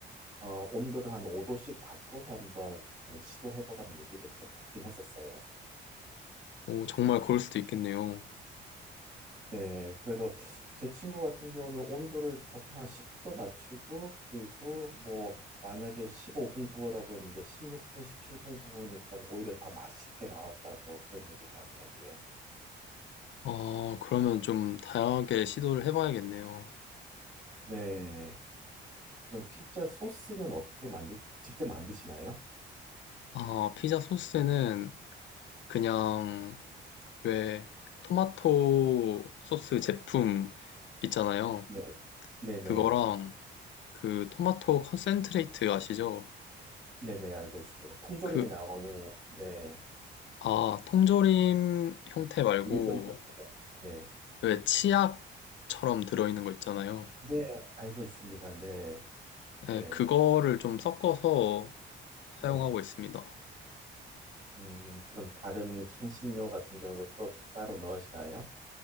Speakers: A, on the right; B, on the left.
A: 어, 온도를 한 5도씩 바꿔서 한번 시도해 보라는 얘기를 좀 듣긴 했었어요.
B: 오, 정말 그럴 수도 있겠네요.
A: 네, 그래서 제 친구 같은 경우는 온도를 조금 한 10도 낮추고, 그리고 뭐, 만약에 15분 구워라고 했는데 16분, 17분 구우니까 오히려 더 맛있게 나왔다고 그런 얘기도 하더라고요.
B: 어, 그러면 좀 다양하게 시도를 해봐야겠네요.
A: 네. 그럼 피자 소스는 어떻게 만드, 직접 만드시나요?
B: 아, 피자 소스에는 그냥 왜 토마토 소스 제품 있잖아요.
A: 네, 네네.
B: 그거랑 그 토마토 컨센트레이트 아시죠?
A: 네네, 알고 있습니다. 통조림에
B: 그,
A: 나오는, 네,
B: 아, 통조림 형태 말고
A: 유리병도 있죠. 네.
B: 왜 치약처럼 들어있는 거 있잖아요.
A: 네, 알고 있습니다. 네,
B: 네,
A: 네.
B: 그거를 좀 섞어서 사용하고
A: 네.
B: 있습니다.
A: 음, 그럼 다른 향신료 같은 경우도 또 따로 넣으시나요?